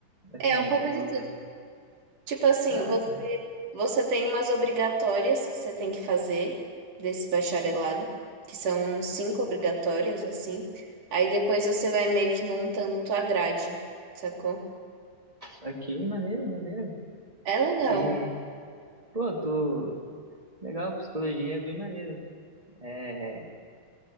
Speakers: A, on the right; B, on the right.
A: Assim,
B: É um pouco
A: o
B: de
A: governo.
B: tudo. Tipo assim,
A: Caraca,
B: você, você tem umas obrigatórias que você tem que fazer desse bacharelado, que são cinco obrigatórias, assim. Aí depois você vai meio que montando tua grade, sacou?
A: aqui, maneiro, maneiro.
B: É legal.
A: E, pô, tô... Legal, psicologia é bem maneiro. É,